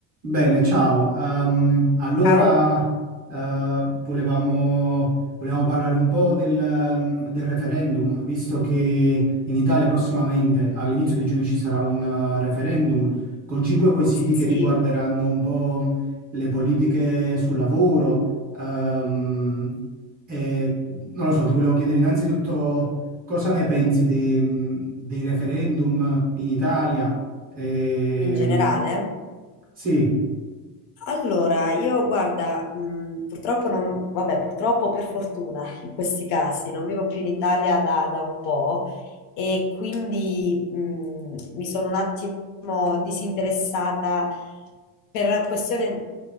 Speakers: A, on the right; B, on the left.
A: Bene, ciao. Ehm, allora,
B: Ciao,
A: eh, volevamo, volevamo parlare un po' del, ehm, del referendum, visto che in Italia prossimamente, all'inizio di giugno, ci sarà un eh, referendum con cinque quesiti
B: sì,
A: che riguarderanno un po' le politiche sul lavoro. ehm, e, non lo so, ti volevo chiedere innanzitutto cosa ne pensi dei, mm, dei referendum in Italia. Ehm,
B: in generale,
A: sì.
B: Allora, io guarda, mh, purtroppo non, vabbè, purtroppo per fortuna <laughs> in questi casi non vivo più in Italia da, da un po' e quindi mh, mi sono un attimo disinteressata per questione